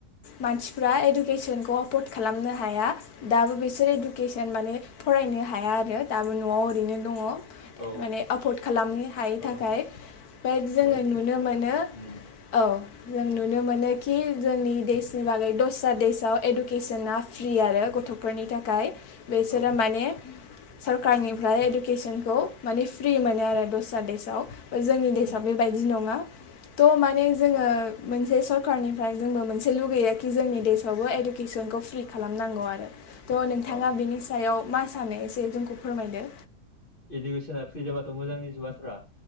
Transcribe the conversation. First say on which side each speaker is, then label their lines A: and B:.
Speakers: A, on the left (about 70°); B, on the left (about 35°).
A: मानसिफ्रा इडुकेसनखौ एफर्ड खालामनो हाया दाबो बिसोर इडुकेसन माने फरायनो नो हाया आरो दाबो न'आव ओरैनो दङ।
B: औ
A: माने एफर्ड खालामनो हायै थाखाय
B: औ
A: बाट जोङो
B: माने
A: नुनो मोन नो
B: उम
A: औ जों नुनो मोनो कि जोंनि देशनि बागै दस्रा देसआव एडुकेसना फ्रि आरो गथ'फोरनि थाखाय बेसोरो
B: औ
A: माने सरकारनिफ्राय इडुकेसनखौ माने फ्रि मोनो आरो दस्रा देसआव। जोंनि
B: उम
A: देसाआव बेबायदि नङा थ' माने जोङो मोनसे सरखारारनिफ्राय जोंबो मोनसे लुगैया कि जोंनि देशआवबो इडु केसनखौ फ्रि खालामनांगौ आरो। थ' नोंथाङा
B: औ
A: बिनि सायाव मा सानो एसे जोंखौ फोरमायदो
B: इडुकेसना फ्रि जाबाथ' मोजांनिसो बाथ्रा